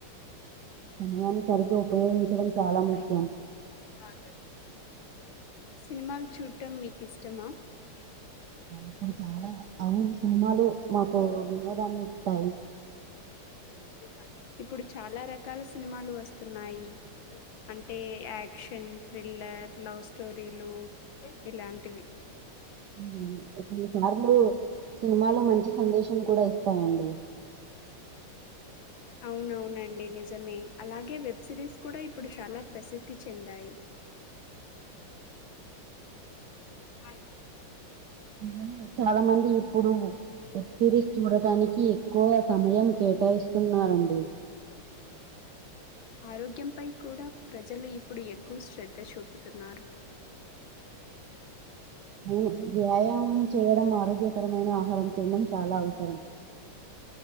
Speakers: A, on the right; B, on the left.
A: సమయానుసారితో ఉపయోగించడం
B: ఆ
A: చాలా
B: సి లోడే
A: ముఖ్యం
B: రాట్ సినిమాలు చూడటం మీకు ఇష్టమా
A: ఇప్పుడు చాలా అవును సినిమాలు మాకు వినోదాన్ని ఇస్తాయి.
B: ఏపీఎస్ ఇప్పుడు చాలా రకాల సినిమాలు వస్తున్నాయి. అంటే యాక్షన్ థ్రిల్లర్ లవ్ స్టోరీలు ఇలాంటివి
A: ఉమ్, కొన్నిసార్లు సినిమాలో మంచి సందేశం కూడా ఇస్తాయండి.
B: అవునవునండి నిజమే అలాగే వెబ్ సిరీస్ కూడా ఇప్పుడు చాలా ప్రసిద్ధి చెందాయి. బయ్
A: నిజమే చాలా మంది ఇప్పుడు సిరీస్ చూడటానికి ఎక్కువ సమయం కేటాయిస్తున్నారంన్ ఉమ్
B: ఆరోగ్యంపై కూడా ప్రజలు ఇప్పుడు ఎక్కువ శ్రద్ధ చూపుతున్నారు.
A: అవును. వ్యాయామం చేయడం ఆరోగ్యకరమైన ఆహారం తినడం చాలా అవసరం.